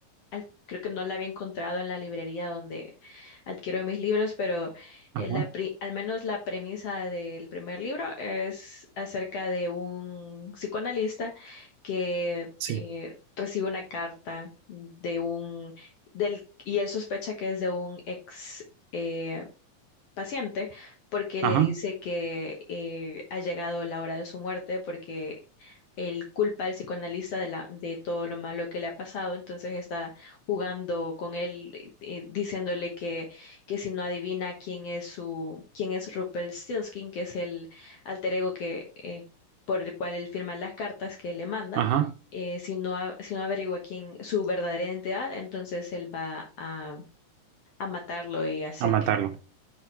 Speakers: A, on the left; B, on the right.
A: al- creo que no la había encontrado en la librería donde adquiero mis libros, pero eh,
B: Ajá,
A: la pri- al menos la premisa del primer libro es acerca de un psicoanalista que
B: sí.
A: eh, recibe una carta de un del y él sospecha que es de un ex eh, paciente porque
B: Ajá,
A: le dice que eh, ha llegado la hora de su muerte porque él culpa al psicoanalista de, la, de todo lo malo que le ha pasado, entonces está jugando con él, eh, eh, diciéndole que, que si no adivina quién es su, quién es Rumpelstiltskin, que es el alter ego que, eh, por el cual él firma las cartas que le manda.
B: ajá.
A: eh, si no, a- si no averigua quién su verdadera identidad, entonces él va a, a matarlo y hacer
B: A matarlo.
A: que,